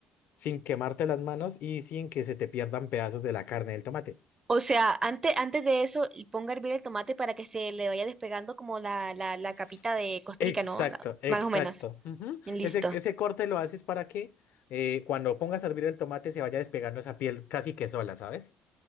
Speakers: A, on the left; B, on the right.
A: sin quemarte las manos y sin que se te pierdan pedazos de la carne del tomate.
B: O sea, antes, antes de eso, y ponga a hervir el tomate para que se le vaya despegando como la, la,
A: S-
B: la capita de costrica,
A: Exacto,
B: ¿no? La-
A: exacto.
B: más o menos.
A: Ujú.
B: Listo.
A: Ese, ese corte lo haces para que eh, cuando pongas a hervir el tomate se vaya despegando esa piel casi que sola, ¿sabes?